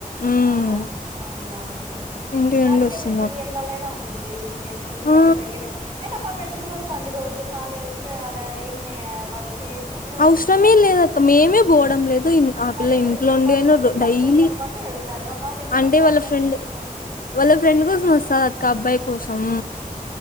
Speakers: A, on the left (about 70°); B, on the right (about 45°).
A: ఉమ్
B: అవునా అవున్లే అవుంలే
A: ఇంటి నుండి
B: ఆంకేమి
A: వస్తున్నా
B: ఇబ్బంది ఎన్నాలైనా ఉంటుంది ఉరికేను ఎందుకంటే
A: ఆ
B: దేగ్గరే అయినా పాప ఎట్లుంటుంది కో వస్తుంది రోజు కాలే ఊకే ఆడ ఏమి వాళ్ చే చెప్పలేదు
A: అవసరమే
B: అంటున్నావు కదా ఎందు
A: లేదక్క మేమే పోవడం లేదు ఇన్ ఆ పిల్ల
B: మరి
A: ఇంట్లో
B: మీరు
A: ఉండి
B: హాస్టల్
A: అయినా
B: ఫీజు
A: రో
B: కట్టుకొని
A: డైలీ
B: ఉన్నరూ కాట్టి వెళ్తారు ఆ పాప ఎందుకు
A: అంటే
B: వస్తాంది
A: వాళ్ళ
B: చఛార్జి
A: ఫ్రెండ్
B: పెట్టుకొని
A: వాళ్ళ ఫ్రెండ్ కోసం వస్తారు అక్క అబ్బాయి కోసం